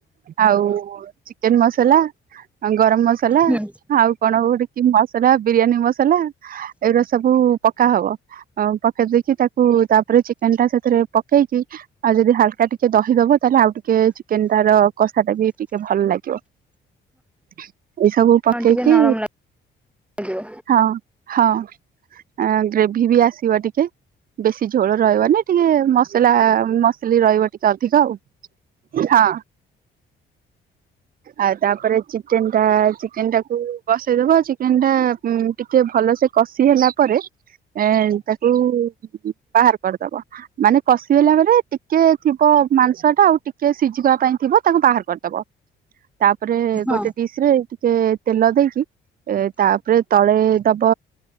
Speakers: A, on the right; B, in the centre.
A: ଆଉ ଚିକେନ ମସଲା ଆଉ ଗରମ ମସଲା
B: ହୁଁ
A: ଆଉ କଣ କୋଉଠି କିନ୍ ମସ୍ ମସଲା ବିରିୟାନୀ ମସଲା ଏଇଗୁରା ସବୁ ପକାହବ। ଅ ପକେଇ ଦେଇକି ତାକୁ ତାପରେ ଚିକେନଟା ସେଥିରେ ପକେଇକି ଆଉ ଯଦି ହଲକା ଟି ଦହିଦବ ତାହେଲେ ଆଉ ଟିକେ ଚିକେନଟାର କଷାଟା ବି ଟିକେ ଭଲ ଲାଗେ। <unintelligible> ଏଇସବୁ ପକେଇକି
B: ହଁ ଟିକେ ନରମ ଲାଗିବ
A: ହଁ ହଁ ଅଁ ଗ୍ରେଭି ବି ଆସିବ ଟିକ୍ ଟିକେ ବେଶୀ ଝୋଳ ରହିବନି ଟିକେ ମସଲା ମସଲି ରହିବ। ଟିକେ ଅଧିକ ଆଉ ହଁ। ଆଉ ତାପରେ ଚିକେନ ତା ଚିକେନଟାକୁ ବସେଇଦବ ଚିକେନଟା ଉଁ ଟିକେ ଭଲସେ କଷି ହେଲା ପରେ ଏଁ ତା ଉ ବାହାର କରିଦବ। ମାନେ କଷିଗଲା ପରେ ଟିକେ କ ମାଂସ ଟା ଆଉ ଟିକେ ସି ସିଝିବା ପାଇଁ ଥିବ ତାକୁ ବାହାର କରିଦ ବ ତାପ ତାପରେ
B: ହଁ
A: ଗୋଟେ ଡିଶ ରେ ତେ- ତେଲ ଦେଇକି ଏ ତାପରେ ତଳେ ଦେବ